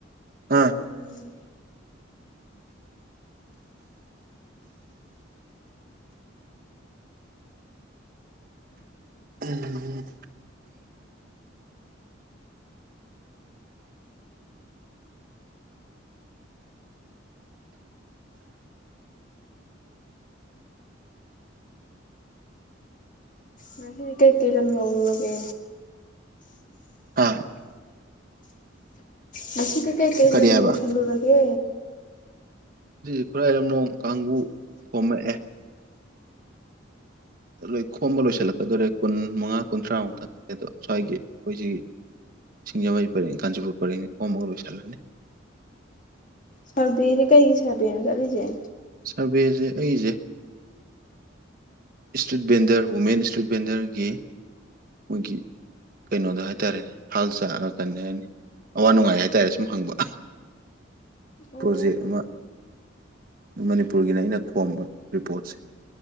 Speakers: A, on the right; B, on the left.
A: ꯑꯥ
B: ꯎꯝ
A: ꯎꯝ
B: ꯉꯁꯤꯗꯤ ꯀꯩ ꯀꯩ ꯂꯝ ꯌꯧꯔꯨꯔꯒꯦ
A: ꯍꯥ
B: ꯉꯁꯤ ꯀꯩ ꯀꯩ
A: ꯀꯔꯤ
B: ꯂꯝ
A: ꯍꯥꯏꯕ
B: ꯍꯧꯁꯤꯜꯂꯨꯔꯒꯦ
A: ꯍꯧꯖꯤꯛꯁꯤ ꯈꯨꯔꯥꯏ ꯂꯝꯂꯣꯡ ꯀꯥꯡꯕꯨ ꯈꯣꯝꯃꯛꯑꯦ ꯂꯣꯏ ꯈꯣꯝꯕ ꯂꯣꯏꯁꯤꯜꯂꯛꯀꯗꯣꯔꯦ ꯀꯨꯟ ꯃꯉꯥ ꯀꯨꯟꯊ꯭ꯔꯥꯃꯨꯛꯇꯪꯅꯦ ꯑꯗꯣ ꯁ꯭ꯋꯥꯏꯒꯤ ꯑꯩꯈꯣꯏꯁꯤꯒꯤ ꯁꯤꯡꯖꯃꯩ ꯄꯔꯦꯡ ꯀꯥꯟꯆꯤꯄꯨꯔ ꯄꯔꯦꯡꯅꯤ ꯀꯣꯝꯃꯒ ꯂꯣꯏꯁꯤꯜꯂꯅꯤ
B: ꯁꯔꯚꯦꯗꯤ ꯀꯩꯒꯤ ꯁꯔꯕꯦꯅ ꯆꯠꯂꯤꯁꯦ
A: ꯁꯥꯔꯚꯦꯁꯦ ꯑꯩꯁꯦ ꯏꯁꯇ꯭ꯔꯤꯠ ꯕꯦꯟꯗꯔ ꯍꯋꯨꯃꯦꯟ ꯏꯁꯇ꯭ꯔꯤꯠ ꯕꯦꯟꯗꯔꯒꯤ ꯃꯣꯏꯒꯤ ꯀꯩꯅꯣꯗ ꯍꯥꯏꯇꯥꯔꯦꯅꯦ ꯍꯥꯜ ꯆꯥꯛꯑꯒ ꯀꯟꯅꯅꯤ ꯑꯋꯥ ꯅꯨꯡꯉꯥꯏ ꯍꯥꯏꯇꯥꯔꯦ ꯁꯨꯝ ꯍꯪꯕ
B: ꯑꯣ
A: ꯄ꯭ꯔꯣꯖꯦꯛ ꯑꯃ ꯃꯅꯤꯄꯨꯔꯒꯤꯅ ꯑꯩꯅ ꯈꯣꯝꯕ ꯔꯤꯄꯣꯠꯁꯦ